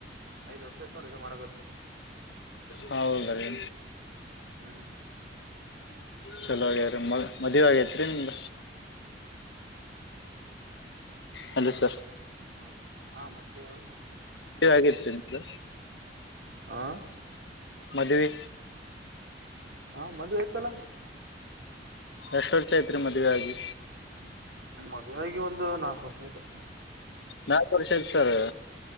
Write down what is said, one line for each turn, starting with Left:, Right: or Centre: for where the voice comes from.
Right: ಐದ್ ವರ್ಷ ಆಯ್ತ ನೋಡ್ ಇದೆ ಮಾಡಕತ್ತ್
Left: ಹೌದ್ರಿ
Right: ಹ್ಮ್
Left: ಚಲೋ ಆಗ್ಯ್ರೀ ಮ ಮದುವಿ ಆಗೇತ್ರಿ ನಿಮ್ದ ಹಲೋ ಸರ್
Right: ಹ್ಮ ಹಾ ಮತ್ತೇ ಹೇಳು
Left: ಮದುವಿ ಆಗೈತ್ರಿ ನಿಮ್ದ
Right: ಹಾ
Left: ಮದುವಿ
Right: ಹಾ ಮದುವಿ ಆಯ್ತಲ್ಲಾ
Left: ಎಷ್ಟ್ ವರ್ಷ ಐತ್ರಿ ಮದ್ವಿ ಆಗಿ
Right: ಹ್ಮ ನನ್ನ ಮದುವೆ ಆಗಿ ಒಂದ್ ನಾಲ್ಕ ವರ್ಷ ಆಯ್ತು
Left: ನಾಲ್ಕ ವರ್ಷ ಆಯ್ತ ಐತ್ ಸರ್